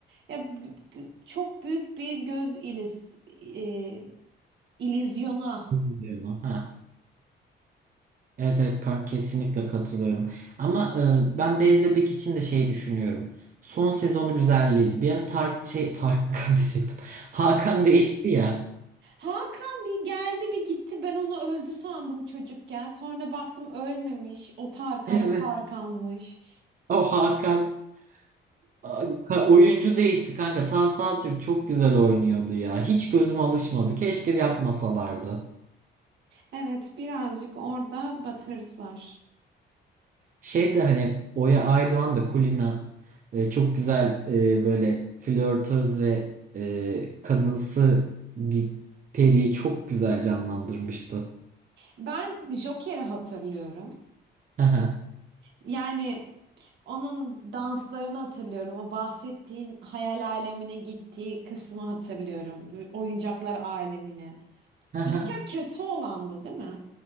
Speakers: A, on the right (about 70°); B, on the right (about 45°).
A: Ya b- b- çok büyük bir göz iliz e, ilizyona
B: Bilmiyorum. Ha. Evet evet kanka kesinlikle katılıyorum. Ama e, ben Bez Bebek için de şey düşünüyorum. Son sezonu güzel değildi. Bir ara Tar şey Tarkan <laughs> diyecektim. Hakan değişti ya.
A: Hakan bir geldi bir gitti. Ben onu öldü sandım çocukken. Sonra baktım ölmemiş. O Tarkan,
B: Evet.
A: o Tarkan'mış.
B: O Hakan. Ay, ka- oyuncu değişti kanka. Tahsin Atürk çok güzel oynuyordu ya. Hiç gözüm alışmadı. Keşke yapmasalardı.
A: Evet, birazcık orada batırdılar.
B: Şey de hani Oya Aydoğan da Kulina e, çok güzel e, böyle flörtöz ve e, kadınsı bir periyi çok güzel canlandırmıştı.
A: Ben Joker'i hatırlıyorum.
B: Hı hı,
A: Yani onun danslarını hatırlıyorum. O bahsettiğin hayal alemine gittiği kısmı hatırlıyorum. Oyuncaklar alemine.
B: hı hı.
A: Joker kötü olandı, değil mi?